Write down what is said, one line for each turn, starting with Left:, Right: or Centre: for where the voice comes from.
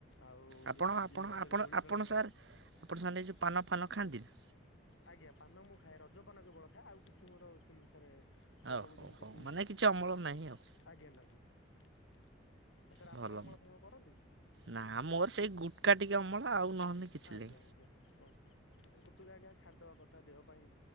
Left: ଆଉ
Right: ଆପଣ
Left: ଯେମିତି
Right: ଆପଣ
Left: କିି ରଜରେ
Right: ଆପଣ
Left: ଦୋଳି
Right: ଆପଣ
Left: ଖେଳନ୍ତି।
Right: ସାର୍ ଆପଣ ସେମାନେ କି ପାନ ଫାନ ଖାଆନ୍ତି ନା?
Left: ଆଜ୍ଞା ପାନ ମୁଁ ଖାଏ ରଜ ପାନ କେବଳ ଖାଏ ଆଉ କିଛି ମୋର କେମିତି ସରେ ସେ ସବୁ
Right: ଓହୋ
Left: ଯେମିତିକି
Right: ହଉ ମାନେ କିଛି ଅମଳ ନାହିଁ ଆଉ
Left: ଆଜ୍ଞା ନାହିଁ ଆ ସାର୍ ଆପଣ
Right: ଭଲ
Left: ଅମଳ ଫମଳ କରନ୍ତି?
Right: ନା ମୋର ସେଇ ଗୁଟକା ଟିକେ ଅମଳ ଆଉ ନହେଲେ କିଛି
Left: ଆଜ୍ଞା
Right: ନାଇ।
Left: ଆଜ୍ଞା ହଁ ହ ଗୋଟୁକ ଆଜ୍ଞା ଛାଡ଼ିଦେବା କଥା ଦେହ ପାଇଁ